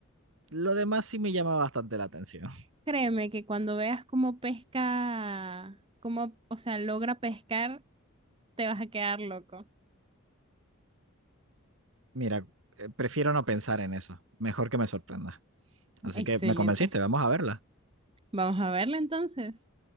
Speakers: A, on the right; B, on the right.
A: lo demás sí me llama bastante la atención.
B: Créeme que cuando veas cómo pesca, cómo, o sea, logra pescar, te vas a quedar loco.
A: Mira, eh, prefiero no pensar en eso. Mejor que me sorprenda. Así
B: Excelente.
A: que me convenciste, vamos a verla.
B: Vamos a verla entonces.